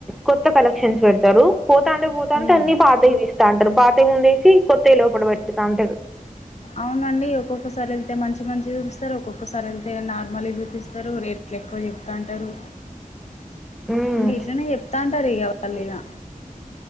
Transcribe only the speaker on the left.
హ్మ్.
అవునండి ఒక్కొక్కసారి వెళ్తే మంచి మంచి చూపిస్తారు. ఒక్కొక్కసారి వెళ్తే నార్మల్ చూపిస్తారు రేట్లు ఎక్కువ చెప్తూంటారు.
వీట్లనే చెప్తాంటారు చల్లిగా